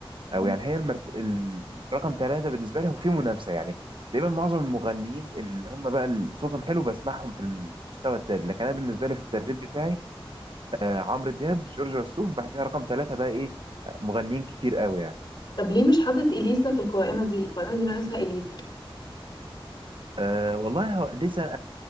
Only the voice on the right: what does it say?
او
يعني هي المرت... الرقم ثلاثة بالنسبة لي هو في منافسة يعني تقريبا معظم المغنيين اللي هم بقى ال- صوتهم حلو بسمعهم في المستوى التالت لكن انا بالنسبة لي في الترتيب بتاعي آه عمرو دياب جورج وسوف بعدها رقم ثلاثة بقى ايه آه، مغنيين كتير قوي يعني
آه والله هو لسه آه